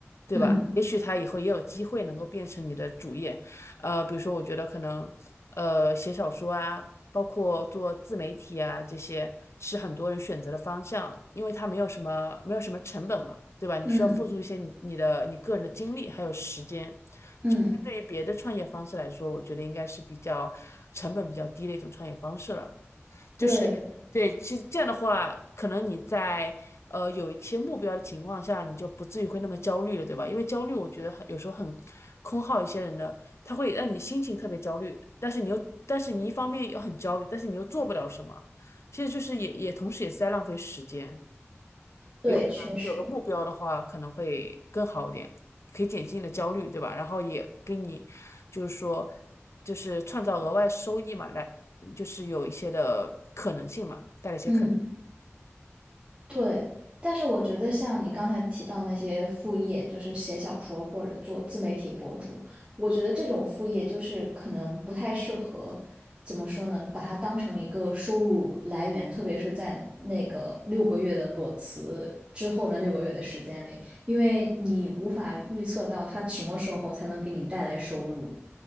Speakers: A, on the left (about 70°); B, on the right (about 25°).
A: 对吧？
B: 嗯
A: 也许他以后也有机会能够变成你的主业。呃，比如说我觉得可能呃写小说啊，包括做自媒体啊这些是很多人选择的方向，因为它没有什么没有什么成本嘛，对吧？你需要付出一些你你的你个人的精力还有时间。
B: 嗯嗯，
A: 相对于别的创业方式来说，我觉得应该是比较成本比较低的一种创业方式了。就是
B: 对
A: 对，其实这样的话，可能你在呃有一些目标的情况下，你就不至于会那么焦虑了，对吧？因为焦虑，我觉得很有时候很空耗一些人的，他会让你心情特别焦虑，但是你又但是你一方面又很焦虑，但是你又做不了什么，其实就是也也同时也是在浪费时间。
B: 对，确实，
A: 啊你有个目标的话，可能会更好一点，可以减轻你的焦虑，对吧？然后也给你，就是说，就是创造额外收益嘛，来，就是有一些的可能性嘛，带来一些可能。
B: 嗯。对，但是我觉得像你刚才提到那些副业，就是写小说或者做自媒体博主，我觉得这种副业就是可能不太适合，怎么说呢？把它当成一个收入来源，特别是在那个六个月的裸辞之后那六个月的时间里，因为你无法预测到它什么时候才能给你带来收入。